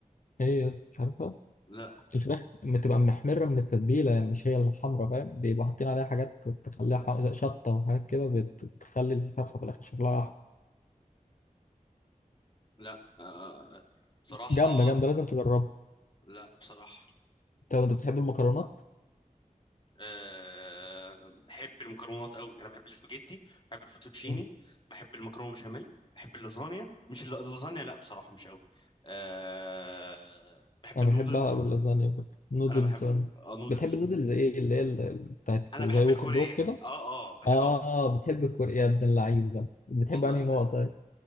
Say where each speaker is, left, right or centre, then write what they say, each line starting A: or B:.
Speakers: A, on the left; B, on the left.
A: هي يس مش عارفها
B: لا
A: الفراخ بتبقى محمرة من التتبيلة يعني مش هي الحمرا فاهم بيبقوا حاطين عليها حاجات تخليها ح- زي شطة وحاجات كده بت- بتخلي الفرخة في الآخر شكلها أحمر
B: لا آه بصراحة
A: جامدة جامدة لازم تجربها
B: لا بصراحة
A: طب أنت بتحب المكرونات؟
B: آه بحب المكرونات قوي انا بحب الاسباجيتي بحب الفوتوتشيني
A: مم.
B: بحب المكرونة بشاميل بحب اللازانيا مش الل- اللازانيا لا بصراحة مش قوي آه بحب
A: أنا
B: النودلز
A: بحبها أوي اللازانيا برضه. نودلز
B: انا بحب
A: آه.
B: ال- اه نودلز
A: بتحب النودلز إيه اللي هي ال- ال- بتاعت
B: انا
A: زي
B: بحب
A: ووك
B: الكورية
A: أند دور كده؟
B: اه اه بح...
A: آه
B: اه
A: بتحب الكوري يا ابن اللعيبة بتحب
B: والله
A: أنهي نوع
B: لا
A: طيب؟